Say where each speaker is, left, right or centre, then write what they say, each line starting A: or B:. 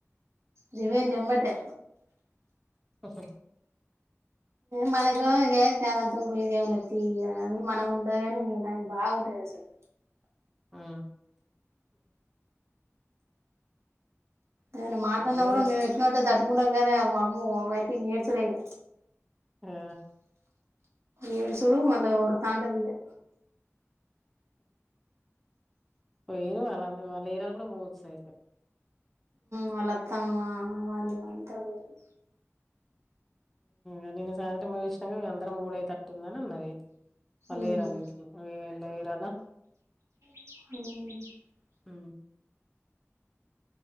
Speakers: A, on the right; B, in the centre.
A: దివన్ చెమ్మటే
B: ఆహా
A: మనకు ఇక ఏదాంతం పోదే ఉన్నతి అని మనం ఉండదు కాని దానికి బాగుంటుది అసలు
B: ఆ
A: అ మాట్లాన్నా
B: అదే
A: కూడా
B: పెడు
A: మేము ఎట్టినడే తట్టుకుంటాం కానీ పాపం అయితే నేర్చలేయ
B: ఆ
A: ఏడు సుడు మళ్ళ ఒక తాండదిిక
B: పోయిరు వాళ్ళ వాళ్ళు ఏరాలు కూడా మోస్ అయితే
A: వాళ్ళ అత్తమ్మా వాళ్ళు అందర పోయి
B: నిన్నను సాయంత్రంంగా మీ అందరం ఊడైతేట్టుందని అన్నది అళ్ళ
A: ఉమ్
B: ఇరాలి ఇంట్లో ఎళ వరాలా
A: హ
B: హ